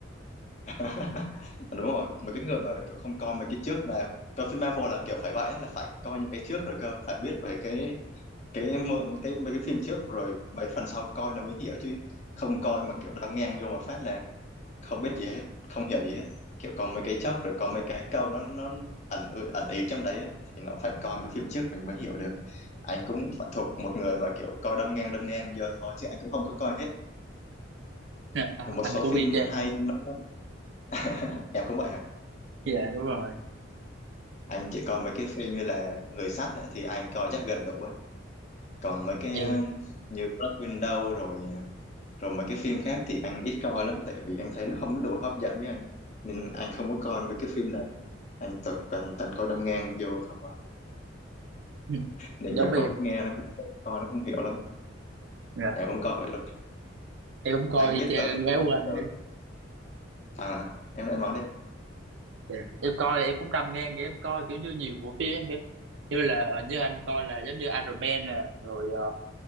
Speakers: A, on the left; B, on the right.
A: <laughs> đúng rồi mà cái người mà kiểu không coi mấy cái trước là coi phim Marvel là kiểu phải vậy ấy, là phải coi những cái trước rồi cơ phải biết về cái cái mượn cái mấy cái phim trước rồi mấy phần sau coi nó mới hiểu chứ không coi mà kiểu đâm ngang vô một phát là không biết gì hết không hiểu gì hết kiểu coi mấy cái chốc rồi coi mấy cái câu nó nó ẩn ừ, ẩn ý trong đấy á, thì nó phải coi mấy phim trước mình mới hiểu được anh cũng phải thuộc một người mà kiểu coi đâm ngang đâm ngang giờ thôi chứ anh cũng không có coi hết
B: à, à,
A: một
B: anh
A: số
B: cũng
A: phim
B: y chang
A: hay nó <laughs> Em cũng vậy hả?
B: dạ đúng rồi
A: Anh chỉ coi mấy cái phim như là Người sắt nữa thì anh coi chắc gần đủ á. Còn mấy cái
B: em
A: ờ, như Black Widow rồi rồi mấy cái phim khác thì anh ít coi lắm tại vì anh thấy nó không có đủ hấp dẫn với anh. Nên anh không có coi mấy cái phim này. Anh toàn toàn, toàn coi đâm ngang vô không à.
B: <laughs>
A: Nên
B: giống
A: nhiều
B: em
A: khúc nghe nó cũng không coi nó không hiểu lắm.
B: dạ.
A: Em cũng coi vậy luôn.
B: em cũng coi
A: Anh
B: y
A: biết
B: chang
A: tới một
B: gái
A: vùng
B: của anh
A: từ à em em nói đi.
B: Dạ. Em coi em cũng đâm ngang em coi kiểu như nhiều bộ phim em kìa như là ờ, như anh coi là giống như Iron Man nè rồi ờ,